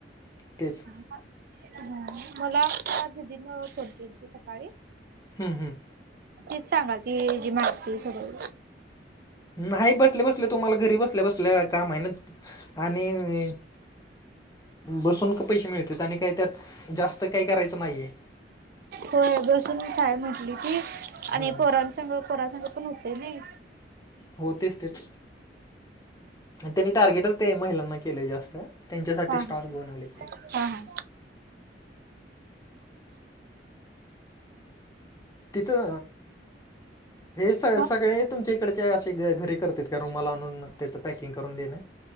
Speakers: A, on the left; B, on the right.
A: तेच
B: हा हम्म मला दीदीनं फोन केलती सकाळी
A: हम्म हम्म.
B: तीच सांगती जी माहिती सगळ
A: नाही बसले बसले तुम्हाला घरी बसल्या बसल्या काम आहे ना आणि बसून का पैसे मिळत्यात आणि काय त्यात जास्त काही करायचं नाहीये
B: होय बसून साय म्हंटली ती
A: हम्म
B: आणि पोरांसग पोरासग पण होते नाही
A: हो तेच तेच त्यांनी टार्गेटच ते महिलांना केलंय जास्त त्यांच्यासाठी
B: हा
A: स्टॉक
B: हा
A: घेऊन आलेत ते
B: हा हा
A: तिथं हे स
B: हा
A: सगळे तुमच्या इकडचे असे घ घरी करते का रुमाला आणून त्याचं पॅकिंग करून देणं.